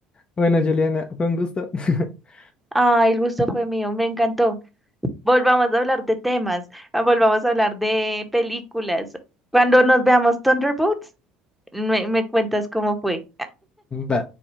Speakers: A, on the left; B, in the centre.
A: Bueno, Juliana, fue un gusto. <laughs>
B: Ay, el gusto fue mío, me encantó. Volvamos a hablar de temas, ah, volvamos a hablar de películas. Cuando nos veamos Thunderbolts, me, me cuentas cómo fue.
A: Va.